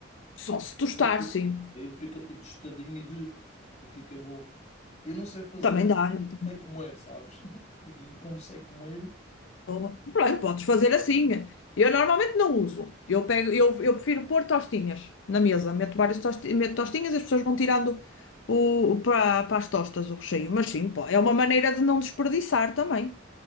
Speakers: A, on the left (about 70°); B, on the left (about 35°).
A: Só se tostar,
B: Fica tudo-
A: sim.
B: Aí ele fica todo tostadinho e duro. E fica bom. Eu não sei fazer,
A: Também dá. eu também-
B: sei comer, sabes? <laughs> E como sei comer.
A: Boa. Pronto,
B: sei que-
A: podes fazer assim. Eu normalmente não uso. Eu pego, eu, eu prefiro pôr tostinhas na mesa. Meto várias tosti, meto tostinhas, as pessoas vão tirando o, o- para para as tostas o recheio. Mas sim, pô, é uma maneira de não desperdiçar também.